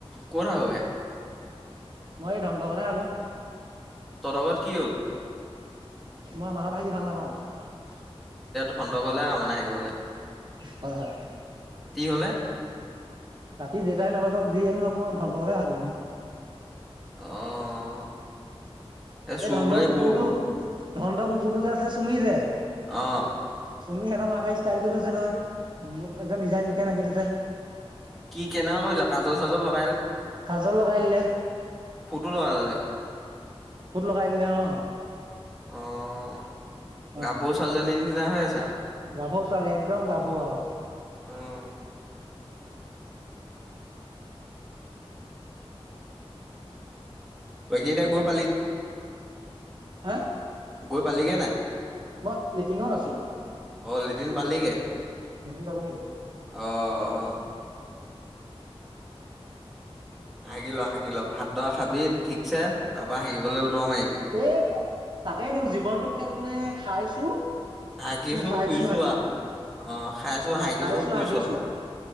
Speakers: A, in the centre; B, on the right.
A: ক'ত হাগগে?
B: মই এই ধনতৰ ঘৰত হে হাগো?
A: তহঁতৰ ঘৰত কি হ'ল?
B: মই আমাৰ ঘৰত হাগি ভাল নাপাওঁ।
A: ধনতৰ ঘৰলে আহ' মানে হাগিবলে।
B: হয় - হয়।
A: হলে
B: ৰাতি যেটাই নবাজক, যিয়ে নহওঁক, মই ধনহঁতৰ ঘৰতে হাগোহি।
A: অ'। এ চুৰ
B: এই ধনহঁতৰ
A: বুলি
B: কুকুৰটো-
A: গৈ
B: ধনহঁতৰ কুকুৰটো যে আছিলে চুমি যে
A: অ'।
B: চুমি হেতৰ মাকে ষ্টাইল কৰি থৈছে নহয়, একদম ডিজাইন বিকাইন আঁকি থৈছে।
A: কি কেনেকুৱা কৰিলে কাজল চাজল লগ।
B: কাজল লগাই দিলে।
A: ফুটো লগালে তাই?
B: ফুট লগ গাই দিলে অ।
A: অঁ,
B: অ
A: গাভৰু ছোৱালীজনীৰ নিচিনা হৈ আছে আও।
B: গাভৰু ছোৱালী একদম গাভৰু আৰু
A: উম। বাকি এতিয়া কত।
B: হে।
A: গৈ পালিগে নাই।
B: মই লেটিঙত আছো।
A: অ লেটিন পালিগে।
B: লেটিন পালোহি।
A: অঁ। হাগি ল হাগি ল ভাতদৰা খাবি ঠিকছে তাৰপা হাগিবলৈ ল-। মাইবি।
B: এ তাকেইতো জীৱনটোকেলকেনে খাইছো।
A: হাগিছো
B: খাইছো
A: শুইছো
B: হাগিছো
A: আও অ খাইছো
B: অ
A: হাগিছো
B: খাইছো
A: শুইছো
B: হাগিছো
A: আও।
B: আৰু